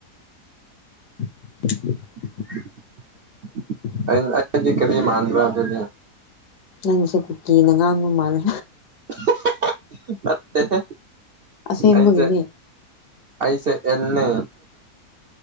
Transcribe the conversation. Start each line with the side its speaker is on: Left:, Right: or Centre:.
Left: <inaudible>
Right: <unintelligible>
Left: <inaudible>
Right: <unintelligible> ꯀꯔꯤ ꯃꯥꯟꯕ꯭ꯔꯥ ꯑꯗꯨꯗꯤ
Left: ꯅꯪꯁꯦ ꯀꯨꯀꯤꯅ ꯉꯥꯡꯕ ꯃꯥꯜꯂꯦ꯫
Right: ꯍꯥ ꯍꯥ ꯅꯠꯇꯦꯍꯦ
Left: ꯑꯁꯦꯡꯕꯒꯤꯅꯦ
Right: ꯑꯩꯁꯦ ꯄꯩꯁꯦ ꯑꯦꯜꯅꯤ